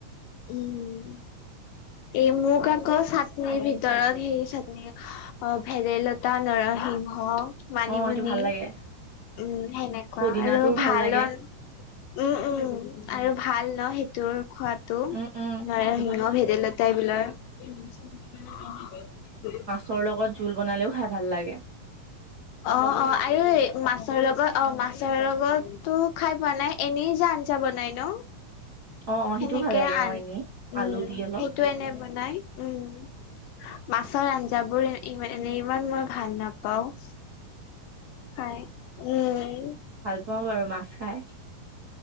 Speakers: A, on the left; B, on the right.
A: উম এ মোক কাক' চাটনিৰ ভিতৰত সেই চাটনি অ ভেদেলতা, নৰসিংহ মানিমুনি
B: অ সেইটো ভাল লাগে।
A: উম সেনেকুৱা
B: পদিনাটোও
A: আৰু ভাল
B: লাগে
A: উম উম আৰু ভাল ন সেইটোৰ খোৱাত তটো
B: উম উম
A: নৰসিংহ,
B: খোৱাটো ভাল
A: ভেদেলতা এইবিলাক
B: ৰ লগত জোল বনালেও খাই ভাল লাগে
A: অ অ আৰু মাছৰ লগত অ মাছৰ লগতটো খাই পোৱা নাই এনেই যে আঞ্জা বনাই ন
B: অ অ
A: সেনেকে
B: সেইটোও ভাল লাগে
A: আন
B: অ এনেই
A: উম
B: আলু দি অলপ
A: সেইটো এনে বনাই উম মাছৰ আঞ্জাবোৰ ই এনে ইমান মই ভাল নাপাও হয় উম
B: অ বাৰু মাছ খাই